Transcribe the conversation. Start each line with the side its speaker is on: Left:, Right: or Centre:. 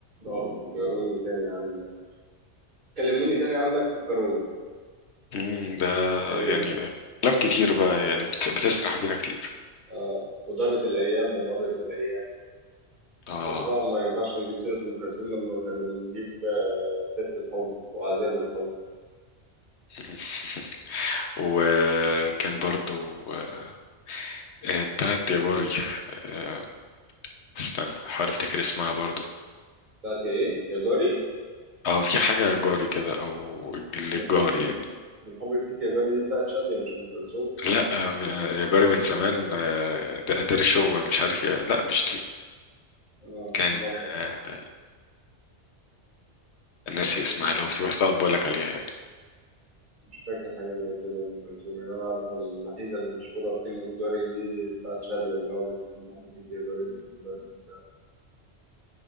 Right: آه، فكروني تاني عنك كلموني تاني عنك فكروني
Left: مم، ده
Right: هي
Left: يعني
Right: دي
Left: أفلام كتير بقى يعني بت- بتسرح بينا كتير
Right: اه ودارت الايام ومرت الايام
Left: آه
Right: وطبعا ما ينفعش نجيب سيره ام كلثوم لما غير لما نجيب سيرة الحب وعذاب الحب
Left: <laughs> وكان برضو آه، آه، بتاعت يا جاري آه، استنى حاول افتكر اسمها برضو
Right: بتاعت يا ايه يا جاري
Left: اه في حاجة يا جاري كده او اللي
Right: من
Left: الجار
Right: حب
Left: يعني
Right: من حب فيك يا جاري دي بتاعت شادية مش أم كلثوم
Left: لا آه، يا جاري من زمان آه، ده قدر شو مش عارف ايه لا مش دي
Right: اه
Left: كان
Right: لا
Left: آه، ناسي اسمها
Right: أنا
Left: لو افتكرتها بقول لك عليها يعني
Right: مش فاكر حاجة زي كده لأم كلثوم يعني أنا أعرف الوحيدة المشهورة بكلمة جاري دي بتاعت شادية اللي هو بت- من حب فيك يا جاري من جاري من ده.